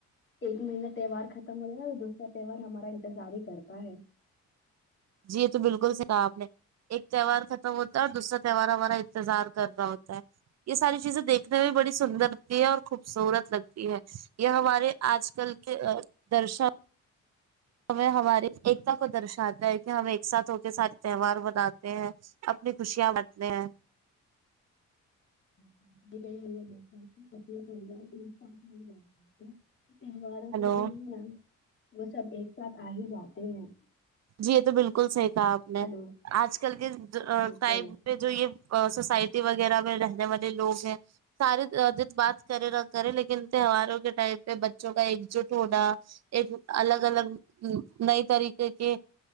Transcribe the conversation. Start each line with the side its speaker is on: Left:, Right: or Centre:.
Left: ایک مہینہ تہوار ختم ہو جائے اور دوسرا تہوہار ہمارا انتظار ہی کرتا ہے
Right: جی یہ تو بلکل سیکا آپ نے ایک تہوار ختم ہوتا ہے اور دوسرا تہوار ہمارا انتظار کر را ہوتا ہے یہ ساری چیزیں دیکھنے میں بڑی سندر لگتی ہے اور خوبصورت لگتی ہے یہ ہمارے آج کل کے آں درشا ہمیں ہماری ایکتا کو درشاتا ہے کہ ہم ایک ساتھ ہو کے سارے تہوار مناتے ہیں اپنی خوشیاں بانٹتے ہیں
Left: <unintelligible> تہواروں
Right: ہلو
Left: کے دن نا وہ سب ایک ساتھ آ ہی جاتے ہیں
Right: جی یہ تو بلکل صحیح کہا آپ نے
Left: ہلو
Right: آج کل کے جے
Left: بالکل
Right: ٹائ جو یہ سوسائٹی وغیرہ میں رہنے والے لوگ ہیں سارے بات کرے نہ کرے لیکن تہواروں کے ٹائم پہ بچوں کا ایک جٹ ہونا ایک الگ الگ نئی طریقے کے